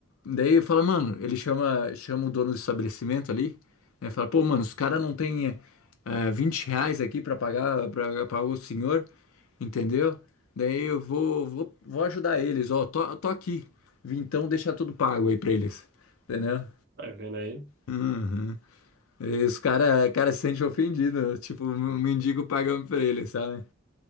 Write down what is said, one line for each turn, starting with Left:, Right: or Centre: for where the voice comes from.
Left: Daí fala, mano, ele chama, chama o dono do estabelecimento ali, né? Fala, pô, mano, os caras não tem eh, ah, 20 reais aqui pra pagar, pra pagar o senhor, entendeu? Daí eu vou, vou, vou ajudar eles, ó, tô, tô aqui. Vim, então deixa tudo pago aí pra eles, entendeu?
Right: Tá vendo aí?
Left: Uhum. Esse cara, cara se sente ofendido, tipo, um mendigo pagando pra ele, sabe?